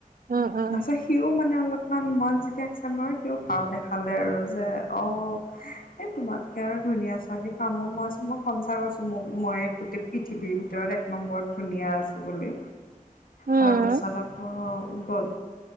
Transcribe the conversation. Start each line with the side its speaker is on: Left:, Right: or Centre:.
Right: উম উম
Left: তাৰপাছত সিও মানে অলপমান মন যেতিয়া এক্সেপ্ত <unintelligible> সিও ভাওঁ দেখ খালে আৰু যে অ' এ তোমাতকে আৰু ধুনীয়া ছোৱালী পাম অ', মই কৈছোঁ মই কনচা কৈছো মোক মই গোটেই পৃথিৱীৰ ভিতৰত এক নম্বৰত ধুনীয়া আছোঁ বুলি।
Right: উম
Left: তাৰপাছত আকৌ গ'ল